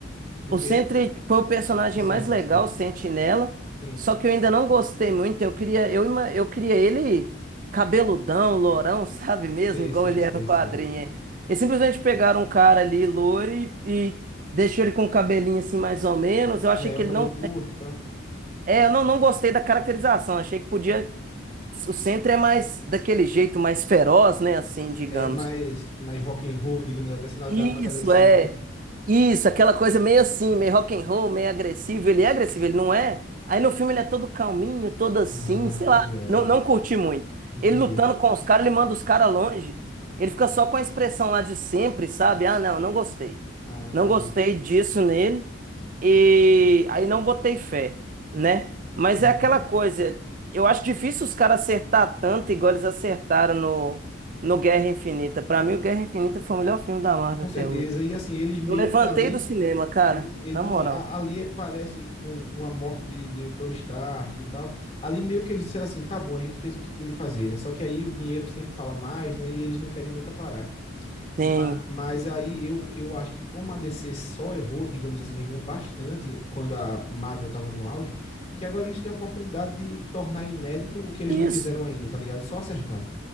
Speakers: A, on the left (about 30°); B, on the right (about 40°).
A: Do
B: O
A: quê?
B: Sentry foi o personagem
A: O Sentry,
B: mais legal,
A: sim.
B: o Sentinela.
A: Sim.
B: Só que eu ainda não gostei muito. Eu queria, eu, ima- eu queria ele cabeludão, lourão, <laughs> sabe mesmo?
A: Sei,
B: Igual
A: sei,
B: ele
A: sei,
B: é no quadrinho.
A: sei.
B: é. Eles simplesmente pegaram um cara ali, louro, e, e deixou ele com o cabelinho assim, mais ou menos. Eu achei
A: É,
B: que
A: o
B: ele
A: cabelo
B: não.
A: curto e tal.
B: É, eu não, não gostei da caracterização. Achei que podia. O Sentry é mais daquele jeito, mais feroz, né? Assim, digamos.
A: É mais, mais rock and roll, digamos, a personalidade
B: Isso,
A: mais agressiva,
B: é.
A: né?
B: Isso, aquela coisa meio assim, meio rock and roll, meio agressivo. Ele é agressivo, ele não é? Aí no filme ele é todo calminho, todo assim,
A: Ah,
B: sei
A: tô
B: lá,
A: ligado.
B: não, não curti muito.
A: Entendi.
B: Ele lutando com os caras, ele manda os caras longe. Ele fica só com a expressão lá de sempre, sabe? Ah, não, não gostei.
A: Ah, entendi.
B: Não gostei disso nele. E aí não botei fé, né? Mas
A: Aham.
B: é aquela coisa, eu acho difícil os caras acertar tanto igual eles acertaram no, no Guerra Infinita. Pra mim, o Guerra Infinita foi o melhor filme da Marvel
A: Com
B: até
A: certeza.
B: hoje.
A: E assim, eles meio
B: Eu levantei
A: que ali.
B: do cinema, cara.
A: Ele, ele-
B: Na
A: não,
B: moral.
A: é, a- ali é- parece com, com a morte de, de Tony Stark e tal. Ali meio que eles disseram assim: tá bom, a gente fez o que tinha de fazer, né? Só que aí o dinheiro sempre fala mais, né? E eles não querem nunca parar.
B: Tem.
A: Ma- Mas, aí eu, eu acho que como a DC só errou, digamos assim, errou bastante quando a Marvel estava no auge, que agora eles têm a oportunidade de tornar inédito o que eles não fizeram
B: Isso.
A: ainda, tá ligado? Só acertar.